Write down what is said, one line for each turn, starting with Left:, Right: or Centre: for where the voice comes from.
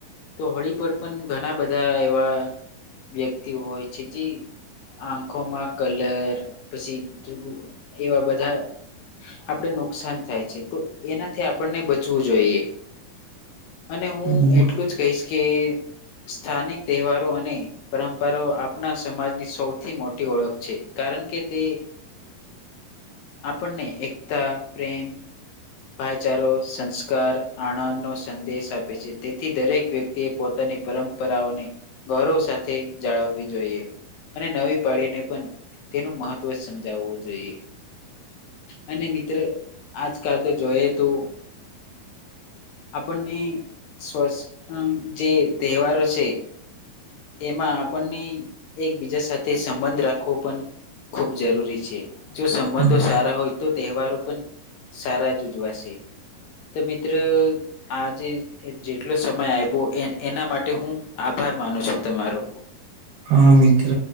Left: તો હોળી પર પણ ઘણા બધા એવા વ્યક્તિ હોય છે જે આંખોમાં કલર પછી ધ્રુળ એવા બધા આપડે નુકસાન થાય છે. છે તો એનાથી આપણને બચવું જોઈએ. અને હું
Right: હમ,
Left: એટલું જ કહીશ કે સ્થાનિક તહેવારો અને પરંપરાઓ આપણા સમાજની સૌથી મોટી ઓળખ છે. કારણ કે તે આપણને એકતા પ્રેમ ભાઈચારો, સંસ્કાર, આણંદનો સંદેશ આપે છે તેથી દરેક વ્યક્તિએ પોતાના ની પરંપરાઓને ગૌરવ સાથે જાળવવી જોઈએ. અને નવી પાડીને પણ તેનું મહત્વ સમજાવવું જોઈએ. અને મિત્ર આજકાલ તો જોઈ તું આપણને સ્વસ્થ જે તહેવારો છે. એમાં આપણને એકબીજા સાથે સંબંધ રાખવો પણ ખુબ જરૂરી છે જો સંબંધો
Right: હા
Left: સારા હોય તો તહેવારો પણ સારા જ ઉજવાશે. તો મિત્ર આજે જેટલો સમય આવ્યો એન એના માટે હુ આભાર માનું છું તમારો.
Right: હા મિત્ર